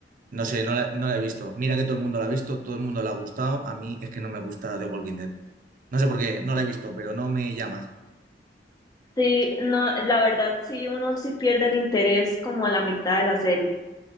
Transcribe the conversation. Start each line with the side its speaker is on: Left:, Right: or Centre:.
Right: no sé, no la, no la he visto. Mira que todo el mundo la ha visto, todo el mundo la ha gustado. A mí es que no me gusta The Walking Dead. No sé por qué, no la he visto, pero no me llama.
Left: Sí, no, la verdad sí, uno sí pierde el interés como a la mitad de la serie.